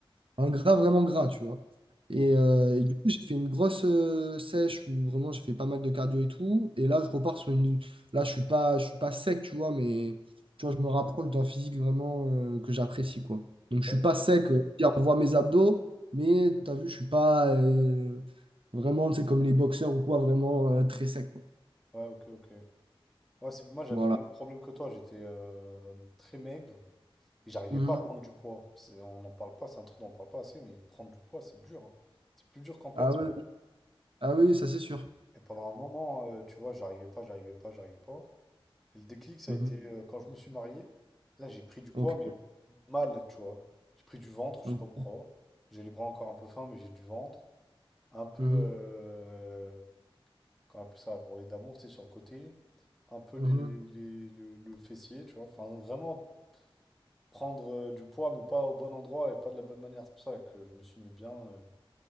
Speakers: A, on the right; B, in the centre.
A: un gras vraiment gras, tu vois. Et,
B: Ok,
A: euh, et du coup, j'ai fait une grosse euh, sèche où vraiment j'ai fait pas mal de cardio et tout. Et là, je repars sur une. Là, je suis pas, je suis pas sec, tu vois, mais tu vois, je me rapproche d'un physique vraiment euh, que j'apprécie, quoi. Donc,
B: top,
A: je suis pas
B: top.
A: sec. euh, c'est-à-dire, on voit mes abdos, mais tu as vu, je suis pas euh, vraiment, tu sais, comme les boxeurs ou quoi, vraiment euh, très sec, quoi.
B: Ouais, ok, ok. Ouais, c'est- moi, j'avais
A: Voilà.
B: le même problème que toi, j'étais euh, très maigre. Et J'arrivais
A: Mhm.
B: pas à prendre du poids. C'est- On n'en parle pas, c'est un truc dont on parle pas assez, mais prendre du poids, c'est dur. hein. C'est plus dur qu'en perdre.
A: Ah oui, ah oui, ça c'est sûr.
B: Et pendant un moment, euh, tu vois, j'arrivais pas, j'arrivais pas, j'arrivais pas. Et le déclic, ça
A: Mhm.
B: a été euh, quand je me suis marié. Là, j'ai pris du
A: Ok.
B: poids, mais mal, tu vois. J'ai pris du ventre,
A: Mhm.
B: je sais pas pourquoi. J'ai les bras encore un peu fins, mais j'ai du ventre. Un peu,
A: Mhm.
B: euh, comment on appelle ça, bourrelet d'amour, tu sais, sur le côté. Un peu les,
A: Mhm.
B: les- le, le fessier, tu vois. Enfin, vraiment prendre euh, du poids, mais pas au bon endroit et pas de la bonne manière. C'est pour ça que je me suis mis bien euh,